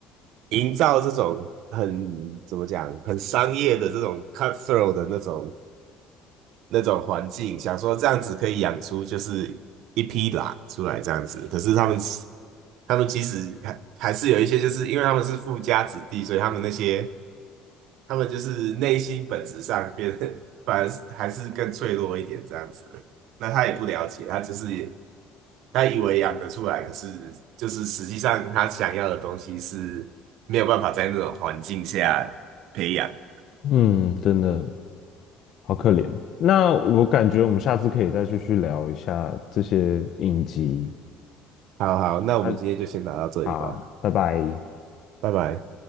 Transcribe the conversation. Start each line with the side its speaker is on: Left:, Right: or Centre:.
Right: 营造这种很怎么讲，很商业的这种 cutthroat 的那种那种环境，想说这样子可以养出就是一匹狼出来这样子。可是他们他们其实还还是有一些，就是因为他们是富家子弟，所以他们那些。他们就是内心本质上变得反而是还是更脆弱一点这样子。那他也不了解，他只是也他以为养得出来，可是就是实际上他想要的东西是没有办法在那种环境下培养。
Left: 嗯，真的好可怜。那我感觉我们下次可以再继续聊一下这些影集。
Right: 好好，那我们今天就先聊到这里吧，
Left: 那。好，拜拜。
Right: 拜拜。